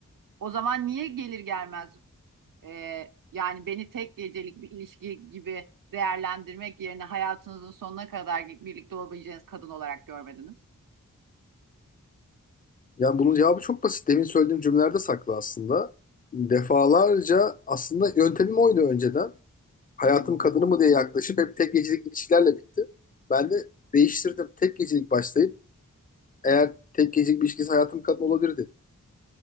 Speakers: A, on the right; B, on the left.
A: O zaman niye gelir gelmez Ee, yani beni tek gecelik bir ilişki gibi değerlendirmek yerine hayatınızın sonuna kadar birlikte olabileceğiniz kadın olarak görmediniz.
B: Yani bunun cevabı çok basit. Demin söylediğim cümlelerde saklı aslında. Defalarca aslında yöntemim oydu önceden. Hayatım kadını mı diye yaklaşıp hep tek gecelik ilişkilerle bitti. Ben de değiştirdim. Tek gecelik başlayıp eğer tek gecelik bir ilişkisi hayatım kadın olabilir dedim.